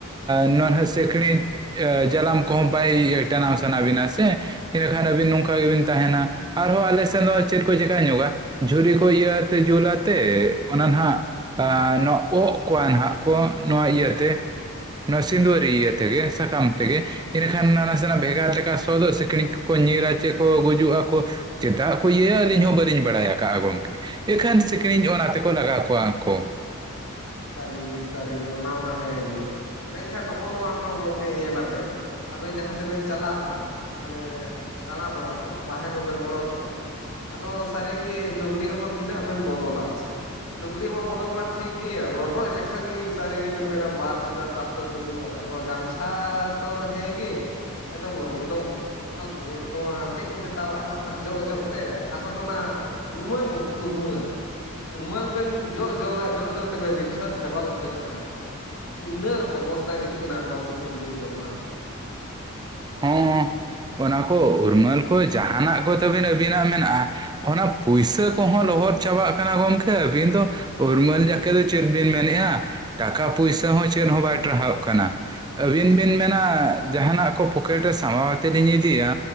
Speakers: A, on the right; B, on the left.
A: ᱱᱚᱣᱟ ᱦᱚᱸ ᱥᱤᱠᱲᱤᱡ ᱡᱟᱞᱟᱢ ᱠᱚᱦᱚᱸ ᱵᱟᱭ ᱴᱟᱱᱟᱣ ᱥᱟᱱᱟ ᱵᱤᱱᱟ ᱥᱮ ᱤᱱᱟᱹ ᱠᱷᱟᱱ ᱟᱹᱵᱤᱱ ᱱᱚᱝᱠᱟ ᱜᱮᱵᱤᱱ ᱛᱟᱦᱮᱱᱟ, ᱟᱨ ᱦᱚᱸ ᱟᱞᱮ ᱥᱮᱱ ᱫᱚ ᱪᱮᱫ ᱠᱚ ᱪᱤᱠᱟ ᱧᱚᱜᱟ ᱡᱷᱩᱨᱤ ᱠᱚ ᱤᱭᱟᱹ ᱟᱛᱮ ᱡᱩᱞᱟ ᱛᱮ ᱚᱱᱟ ᱦᱷᱱᱟᱜ ᱚᱜ ᱠᱚᱣᱟ ᱱᱟᱦᱟᱜ ᱠᱚ ᱱᱚᱣᱟ ᱤᱭᱟᱹ ᱛᱮ, ᱱᱚᱣᱟ ᱥᱤᱸᱫᱽᱣᱟᱹᱨᱤ ᱤᱭᱟᱹ ᱛᱮᱜᱮ ᱥᱟᱠᱟᱢ ᱛᱮᱜᱮ, ᱤᱱᱟᱹᱠᱷᱟᱱ ᱱᱟ ᱥᱮᱱᱟᱜ ᱵᱷᱮᱜᱟᱨ ᱞᱮᱠᱟ ᱥᱚ ᱫᱚ ᱥᱤᱠᱲᱤᱡ ᱠᱚᱠᱚ ᱧᱤᱨᱟ ᱪᱮ ᱠᱚ ᱜᱩᱡᱩᱜ ᱟᱠᱚ ᱪᱮᱫᱟᱜ ᱠᱚ ᱤᱭᱟᱹᱭᱟ ᱟᱹᱞᱤᱧ ᱦᱚᱸ ᱵᱟᱹᱞᱤᱧ ᱵᱟᱲᱟᱭ ᱟᱠᱟᱫᱼᱟ ᱜᱚᱢᱠᱮ ᱾ ᱮᱱᱠᱷᱟᱱ ᱥᱤᱸᱠᱷᱲᱤᱧ ᱚᱱᱟ ᱛᱮᱠᱚ ᱞᱟᱜᱟ ᱠᱚᱣᱟ ᱠᱚ,
B: ᱥᱟᱹᱨᱤ ᱜᱮ ᱥᱟᱹᱨᱤ ᱜᱮ ᱚᱱᱟ ᱢᱟ ᱦᱮᱸ ᱜᱮ ᱢᱮᱱᱠᱷᱟᱱ ᱱᱚᱜᱼᱚ ᱱᱚᱣᱟ ᱦᱚᱸ ᱜᱚᱢᱠᱮ ᱧᱮᱞᱟᱵᱮᱱ, ᱟᱵᱮᱱ ᱡᱟᱦᱟᱸ ᱛᱮᱵᱮᱱ ᱪᱟᱞᱟᱜᱼᱟ ᱢᱟᱱᱮ ᱫᱟᱬᱟ ᱵᱟᱲᱟ ᱦᱚᱸ ᱵᱟᱦᱨᱮ ᱠᱚᱵᱮᱱ ᱚᱰᱳᱠᱚᱜᱼᱟ, ᱟᱫᱚ ᱥᱟᱹᱨᱤᱜᱮ ᱞᱩᱜᱽᱲᱤᱡ ᱦᱚᱸ ᱛᱤᱱᱟᱹᱜ ᱵᱮᱱ ᱵᱚᱫᱚᱞᱟ ᱟᱪᱪᱷᱟ, ᱞᱩᱜᱽᱲᱤ ᱢᱟ ᱵᱚᱫᱚᱞ ᱢᱟ ᱴᱷᱤᱠ ᱜᱮᱭᱟ ᱨᱚᱰᱚᱡ ᱞᱮᱠᱷᱟᱱ ᱜᱮ ᱥᱟᱹᱨᱤ ᱜᱮᱵᱮᱱ ᱢᱮᱱᱟ ᱵᱟᱨ ᱞᱤᱴᱟᱨ ᱫᱟᱜ ᱫᱚ ᱛᱩᱫᱩᱜᱼᱟ, ᱱᱚᱣᱟ ᱜᱟᱢᱪᱷᱟ ᱛᱚ ᱦᱮᱸ ᱜᱮ ᱮᱫᱚᱢ ᱨᱚᱦᱫᱚᱢ, ᱱᱚᱣᱟ ᱱᱚᱣᱟ ᱪᱮᱫ ᱠᱚ ᱢᱮᱛᱟᱣᱟᱜ ᱱᱟᱦᱟᱜ ᱡᱚᱜ ᱡᱚᱜ ᱛᱮ ᱟᱨ ᱛᱚ ᱚᱱᱟ, ᱩᱨᱢᱟᱞ ᱜᱚᱢᱠᱮ ᱩᱨᱢᱞ, ᱩᱨᱢᱟᱞ ᱵᱮᱱ ᱡᱚᱜ ᱡᱚᱜᱟ ᱡᱚᱜ ᱡᱚᱜ ᱛᱮᱵᱮᱱ ᱨᱤᱴ <unintelligible> ᱪᱟᱵᱟ ᱩᱛᱟᱹᱨ ᱠᱟᱜᱼᱟ, ᱩᱱᱟᱹᱜ ᱚᱵᱚᱥᱛᱷᱟ ᱦᱤᱡᱩᱜ ᱠᱟᱱᱟ ᱱᱚᱣᱟ ᱥᱤᱛᱩᱝ ᱫᱤᱱ ᱫᱚ ᱢᱟ ᱾
A: ᱦᱚᱸ ᱚᱱᱟ ᱠᱚ ᱩᱨᱢᱟᱹᱞ ᱠᱚ ᱡᱟᱦᱟᱸᱱᱟᱜ ᱠᱚ ᱛᱟᱹᱵᱤᱱ ᱟᱹᱵᱤᱱᱟᱜ ᱢᱮᱱᱟᱜᱼᱟ, ᱚᱱᱟ ᱯᱩᱭᱥᱟᱹ ᱠᱚᱦᱚᱸ ᱞᱚᱦᱚᱫ ᱪᱟᱵᱟᱜ ᱠᱟᱱᱟ ᱜᱚᱢᱠᱮ, ᱟᱹᱵᱤᱱ ᱫᱚ ᱩᱨᱢᱟᱹᱞ ᱡᱟᱠᱮ ᱫᱚ ᱪᱮᱫ ᱵᱤᱱ ᱢᱮᱱᱮᱜᱼᱟ ᱴᱟᱠᱟ ᱯᱩᱭᱥᱟᱹ ᱦᱚᱸ ᱪᱮᱫ ᱦᱚᱸ ᱵᱟᱭ ᱴᱟᱨᱟᱦᱯ ᱠᱟᱱᱟ, ᱟᱹᱵᱤᱱ ᱵᱤᱱ ᱢᱮᱱᱟ ᱡᱟᱦᱟᱸᱱᱟᱜ ᱠᱚ ᱯᱚᱠᱮᱴ ᱨᱮ ᱥᱟᱢᱵᱟᱣᱛᱮᱫ ᱞᱤᱧ ᱤᱫᱤᱭᱟ,